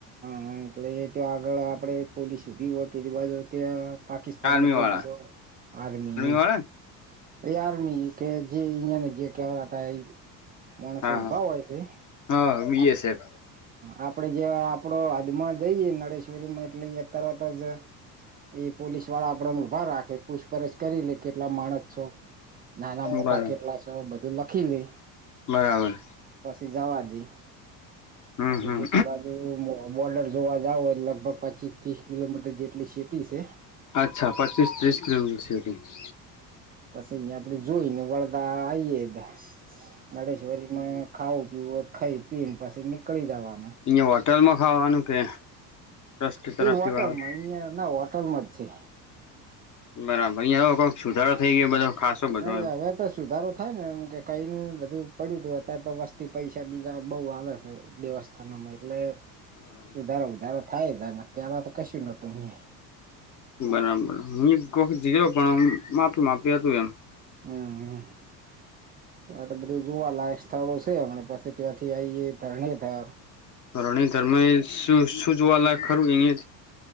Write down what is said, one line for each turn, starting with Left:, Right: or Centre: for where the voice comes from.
Right: હા! એટલે એ તો આગળ આપણે પોલીસ ઊભી હોય. પેલી બાજુ ત્યાં. પાકિસ્તાનની
Left: આર્મી
Right: પોલીસ
Left: વાળા
Right: હોય આર્મી.
Left: વાળા ને
Right: યાર ન કે જે યાને જે ક્યા ત એ. માણસો
Left: હા
Right: ઉભા
Left: હા
Right: હોય છે.
Left: હા બીએસએફ
Right: હ આપડે જે આપડો. અદમાં જઈએ નડેશ્વરી માં એટલે તરત જ. એ પોલીસ વાળા આપડને ઉભા રાખે. પૂછપરછ કરી લે, કેટલા માણસ છો? નાના મોટા
Left: બરાબર
Right: કેટલા છો? બધું લખી લે.
Left: બરાબર.
Right: પછી જવા દે.
Left: હમ
Right: પછી
Left: હમ
Right: પેલી બાજુ. બોર્ડર જોવા જાવ, લગભગ પચીસ ત્રીસ કિલોમીટર જેટલી સીટી છે.
Left: અચ્છા! પંચસ ત્રીસ કિલોમીટર સિવધ.
Right: પછી, અહીયા આપડે જોઈ ને વળદા આઈએા. નળેશ્વરીમાં ખાવું. પી ખાઈ પી ને પછી, નીકળી જવા.
Left: અયા હોટેલમાં ખાવાનું કે? ટ્રસ્ટ તરફથી
Right: એ હોટલમાં.
Left: વાળા
Right: અહિયાં ના હોટલમાં જ છે.
Left: બરાબર ંવે કોઈક સુધારો થઈ ગયો બધો. ખાસો બધો
Right: હા!
Left: એમ
Right: હવે તો સુધારો થાય ને એમ કે કઈ ન બધું પડ્યું હતું. અત્યારે તો વથી પૈસા બીજા બહુ આવે છે. વ્યવસ્થાનામાં એટલે
Left: બરાબર
Right: સુધારો વધધારો. થાય જ ન કે આં તો કશ નતુંહીં.
Left: બરાબર. હું એક વખત જી્યો પણ માફી માપી હતું એમ.
Right: હમ હ! હા તો બધું જોવાલાયક સ્થળો છે. હમ પછી ત્યાંથી આઈે ધરણેધર.
Left: ધણેય ધર્મ, શું જોવાલાય ખરું એયા?